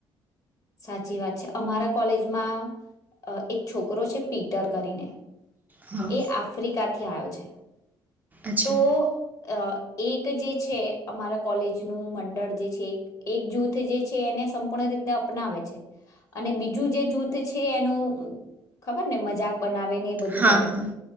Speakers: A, on the left (about 40°); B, on the right (about 20°).
A: સાચી વાત છે અમારા કોલેજમાં એક છોકરો છે પીટર કરીને
B: હા
A: એ આફ્રિકાથી આયો છે
B: અચ્છા
A: તો અ એક જે છે અમારા કોલેજનું મંડળ જે છે એક જૂથ જે છે એને સંપૂર્ણ રીતને અપનાવે છે અને બીજું જે જૂથ છે એનું ખબર ને મજાક બનાવે આવે ને એ બધું
B: હા
A: કરે
B: હા